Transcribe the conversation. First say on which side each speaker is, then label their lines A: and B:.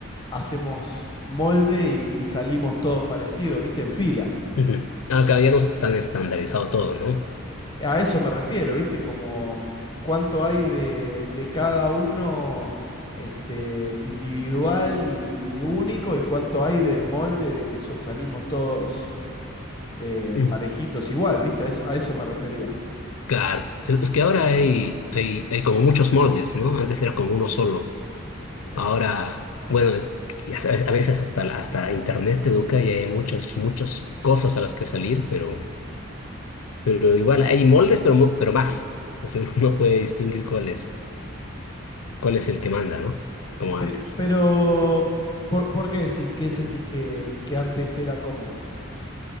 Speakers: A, on the left (about 20°); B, on the left (about 80°).
A: hacemos molde y, y salimos todos parecidos, ¿viste? En fila.
B: ujú. Ah, claro, ya no es tan estandarizado todo, ¿no?
A: A eso me refiero, ¿viste? Como cuánto hay de, de cada uno este, individual y, y único y cuánto hay de molde de que so- salimos todos eh,
B: Mm.
A: parejitos igual, ¿viste? A eso, a eso me refería.
B: Claro, es, es que ahora hay, hay, hay como muchos moldes, ¿no? Antes era como uno solo. Ahora, bueno, a veces a veces hasta, la- hasta Internet te educa y hay muchas, muchas cosas a las que salir, pero, pero igual hay moldes, pero, mu- pero más. O sea, <laughs> uno no puede distinguir cuál es, cuál es el que manda, ¿no? Como
A: Pe-
B: antes.
A: Pero, ¿por, por qué decís? ¿Qué sentís que, que antes era como?